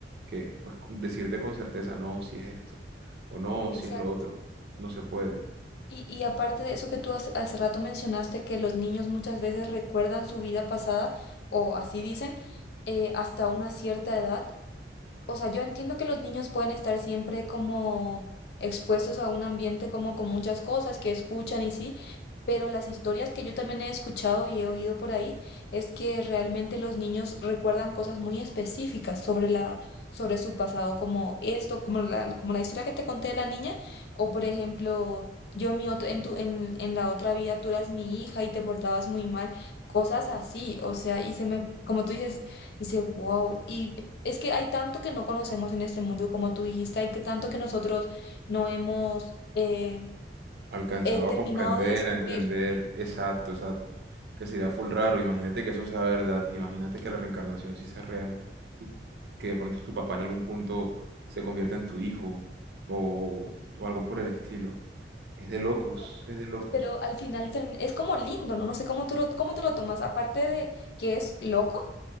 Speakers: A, on the right; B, on the left.
A: que pues c- decirte con certeza no, si es esto, o no,
B: exacto.
A: si es lo otro, no se puede.
B: Y, y aparte de eso que tú hace, hace rato mencionaste, que los niños muchas veces recuerdan su vida pasada, o así dicen, eh, hasta una cierta edad, O sea, yo entiendo que los niños pueden estar siempre como expuestos a un ambiente como con muchas cosas que escuchan y sí, pero las historias que yo también he escuchado y he oído por ahí es que realmente los niños recuerdan cosas muy específicas sobre la, sobre su pasado, como esto, como la, como la historia que te conté de la niña, o por ejemplo, yo en mi otra- en tu, en, en la otra vida tú eras mi hija y te portabas muy mal, cosas así, o sea, y se me, como tú dices, Dice, wow, y es que hay tanto que no conocemos en este mundo, como tú dijiste, hay que- tanto que nosotros no hemos eh,
A: Alcanzaba
B: eh, terminado
A: a comprender,
B: de descubrir,
A: a entender, exacto, exacto, que sería full raro, imagínate que eso sea verdad, imagínate que la reencarnación sí sea real, y que de pronto tu papá en algún punto se convierta en tu hijo, o, o algo por el estilo. Es de locos,
B: pero,
A: es de locos.
B: pero al final termi- es como lindo, ¿no? No sé cómo tú lo, cómo tú lo tomas, aparte de que es loco,